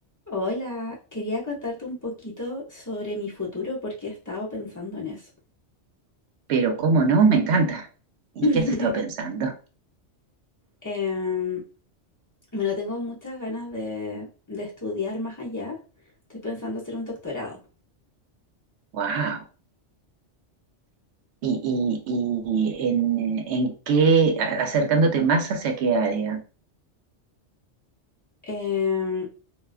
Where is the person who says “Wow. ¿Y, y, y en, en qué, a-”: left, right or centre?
Right